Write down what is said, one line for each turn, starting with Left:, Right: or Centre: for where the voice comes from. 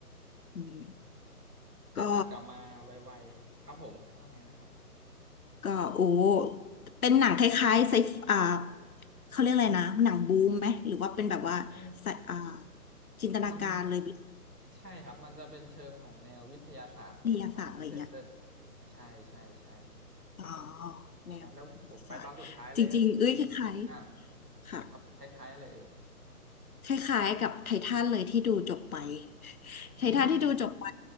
Left: อืม
Right: แต่ตัดกลับมาไวๆครับผมว่าไงนะครับ
Left: ก็ ก็โอ้เป็นหนังคล้ายๆไซฟอ่าเขาเรียกอะไรนะ หนังบูมไหม หรือว่าเป็นแบบว่าไซอ่า
Right: มัน
Left: จินตนาการเลยวิ
Right: มันใช่ครับมันจะเป็นเชิงของแนววิทยาศาสตร์เนี่ยครับพี่ไตเติ้ล
Left: ทยาศาสตร์อะไรเงี้ย
Right: ใช่ใช่ใช่
Left: อ๋อ แนววิทยาศาสตร์จริงๆเอ้ยคล้ายๆค่ะ
Right: งั้นแล้วผมไปตอนสุดท้ายเลยก็คืออ่ะครับคล้ายๆอะไรเอ่ย
Left: คล้ายๆกับไททันเลยที่ดูจบไป <laughs>
Right: อืม
Left: ไททันที่ดูจบไป